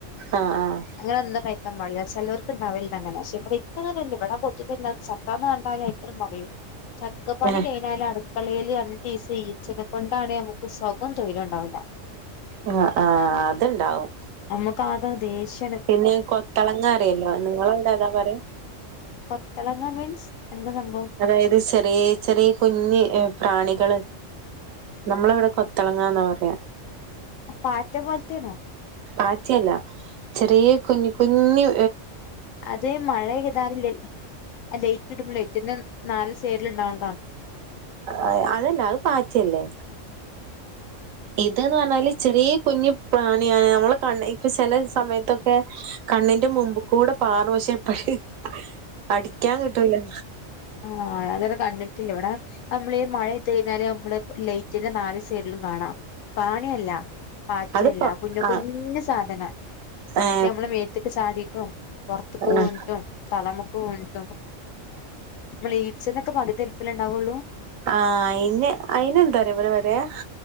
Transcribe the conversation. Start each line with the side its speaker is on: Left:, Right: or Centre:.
Right: ആഹ് ആഹ്
Left: അങ്ങനെ എന്തോ പറ്റി മഴയായ്ച്ചാൽ ചിലോർക്ക് ഉണ്ടാകില്ല അങ്ങനെ ഇവിടെ ഇപ്പറയുന്നോലല്ല ഇപ്പള് കൊതുകുന്ന് ചക്കാന്ന് പറഞ്ഞാൽ മറിയും ചക്കപ്പണി
Right: ആഹ്
Left: കഴിയുന്നവരെ അടു അല്ലേലും രണ്ടീസായി ഈ ഈച്ചനെ കൊണ്ടാണ് ഞങ്ങൾക്ക് സ തൊരൊലുണ്ടാവില്
Right: ആഹ് ആഹ് അത്ണ്ടാവും
Left: നമുക്ക് ആകെ ദേഷ്യം
Right: പിന്നെ കൊത്തളങ്ങഅറിയില്ലേ നിങ്ങളുടെ അവിടെ എന്താ പറയാ
Left: കൊത്തളങ്ങ മീൻസ് എന്താ സംഭവം
Right: അതായത്ചെറിയ ചെറിയ കുഞ്ഞു പ്രാണികള് നമ്മൾ ഇവിടെ കുത്തളങ്ങാന്ന പറയുക.
Left: പാറ്റ പോലത്തേണോ
Right: പാറ്റ അല്ലചെറിയ കുഞ്ഞു കുഞ്ഞു
Left: അതേ മഴ പെയ്താലും ലൈറ്റ് ഇടുമ്പോഴും ഇതിന്റെ--നാലുവശത്തും സൈഡിൽ ഉണ്ടാവും
Right: അ ആഅതല്ല അത് പാറ്റ യല്ലേ ഇതെന്ന് പറഞ്ഞാൽ ചെറിയ കുഞ്ഞ് പ്രാണിയ ഞമ്മള് ചില സമയത്ത് ഒക്കെ കണ്ണിന്റെ മുമ്പിക്കൂടപാറും പക്ഷേ അടിക്കാൻ കിട്ടൂല
Left: ആ ആ അന്നേരം കണ്ടിട്ടില്ല ഇവിടെ നമ്മള് ഈ മഴ പെയ്യുന്ന നേരം ഇവിടെ ലൈറ്റിന്റെ നാല് സൈഡിലും കാണാം. പ്രാണി അല്ല പാറ്റ
Right: അത്
Left: അല്ല
Right: പ
Left: കുഞ്ഞുകുഞ്ഞ്
Right: ആ
Left: സാധനം.
Right: ഏ
Left: നമ്മുടെ മേത്തേക്ക് ചാടിയപ്പം പുറത്തേക്കു
Right: ആ
Left: വീണിട്ടും തലയണയ്ക്ക് വീണിട്ടും <unintelligible> നമ്മളീച്ചേനെ പലതിരിപ്പിൽ ണ്ടാ വൊള്ളു
Right: ആഹ് അയിന് അയിന എന്താറ ഇവിടെ പറയാ